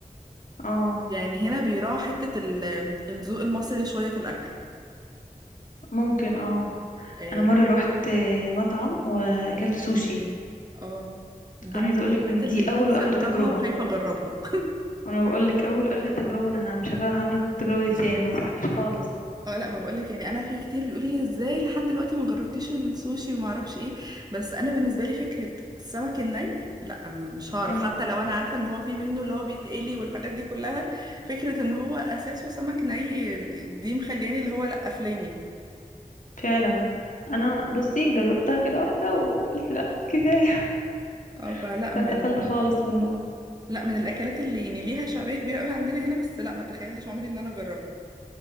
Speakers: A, on the left (about 60°); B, on the right (about 25°).
A: اه
B: يعني هنا بيراعوا حته ال- الذوق المصري شويه في الاكل
A: ممكن اه
B: اه
A: انا مرة روحت مطعم واكلت سوشي
B: آه، ده
A: عايزه
B: من
A: اقولك
B: الحاجات
A: ان
B: اللي
A: دي اول
B: نفسي
A: واخر
B: اجربها
A: تجربه
B: وخايفه اجربها
A: وانا بقولك اول واخر تجربه انا ه- مش هعمل التجربه دي تاني ما انصحكش خالص
B: اه لا ما بقولك يعني انا في كتير بيقولوا لي ازاي لحد دلوقتي ما جربتيش السوشي وما اعرفش ايه بس انا بالنسبه لي فكره السمك الني لا م- مش هعرف
A: امم
B: حتى لو انا عارفه ان هو في منه اللي هو بيتقلي والحاجات دي كلها فكره ان هو اساسه سمك ني دي مخلياني اللي هو لا قفلاني
A: فعلا انا بصي جربتها كده واحده وقلت لا كفايه
B: اه فلا
A: <laughs> فاتقفلت
B: م- من
A: خالص منه
B: لا من الاكلات اللي يعني ليها شعبيه كبيره قوي عندنا هنا بس لا ما تخيلتش عمري ان انا اجربها